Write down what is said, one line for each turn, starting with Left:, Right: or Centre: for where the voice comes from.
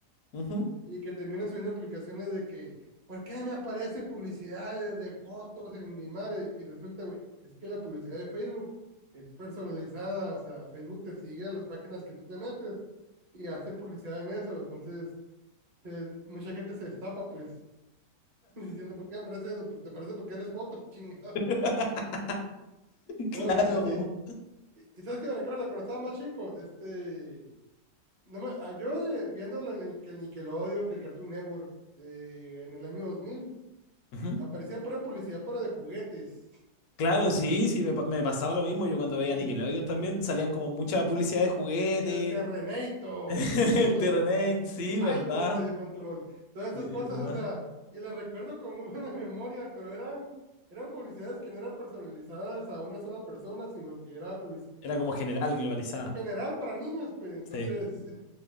Left: Ujú.
Right: y que terminan subiendo publicaciones de que, ¿por qué me aparece publicidad de fotos en mi madre? Y resulta, güey, es que la publicidad de Facebook es personalizada, o sea, Facebook te sigue a las páginas que tú te metes y hace publicidad en eso, entonces se- mucha gente se destapa, pues, <laughs> diciendo, ¿por qué aparece eso? Pues, Te aparece porque eres joto, <laughs> chingado.
Left: <laughs> Claro.
Right: No, así, así. ¿Y y sabes qué me recuerda? Cuando estaba más chico, de este No me- ah, yo de- viendo la- el, que el Nickelodeon, que el Cartoon Network, de, en el año 2000
Left: Ujú.
Right: aparecía pura publicidad, pero de juguetes.
Left: Claro, sí, sí, me, pa- me pasaba lo mismo. Yo cuando veía Nickelodeon
Right: <laughs>
Left: también salían como mucha publicidad de juguete,
Right: El Terrenator,
Left: <laughs> el Terrenex,
Right: <laughs>
Left: sí,
Right: Taiko
Left: ¿verdad?
Right: Radio Control, todas esas
Left: Eh,
Right: cosas,
Left: ¿Verdad?
Right: o sea, y las recuerdo con muy buena <laughs> memoria, pero eran, eran publicidades que no eran personalizadas a una sola persona, sino que era publicidad
Left: Era como general, globalizada.
Right: en general para niños, pues entonces
Left: Sí.
Right: <laughs>